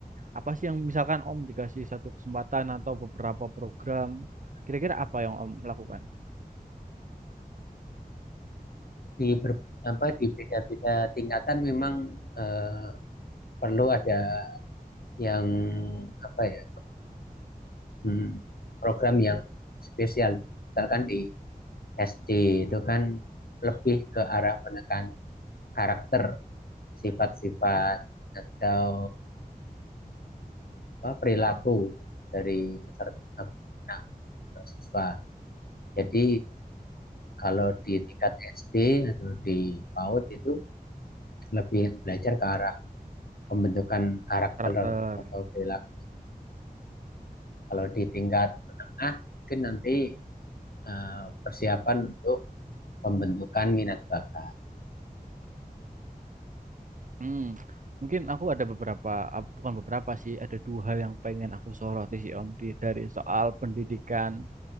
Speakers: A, on the right; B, on the left.
A: apa sih yang misalkan Om dikasih satu kesempatan atau beberapa program, kira-kira apa yang Om lakukan?
B: di ber, apa di beda-beda tingkatan memang eh, perlu ada yang apa ya hmm, program yang spesial misalkan di SD itu kan lebih ke arah penekanan karakter sifat-sifat atau apa, perilaku dari peserta anak atau siswa. Jadi kalau di tingkat SD atau di PAUD itu lebih belajar ke arah pembentukan karakter
A: Karakter.
B: atau perilaku. Kalau di tingkat menengah mungkin nanti eh, persiapan untuk pembentukan minat bakat.
A: Hmm, mungkin aku ada beberapa, ap- bukan beberapa sih, ada dua hal yang pengen aku soroti sih Om di, dari soal pendidikan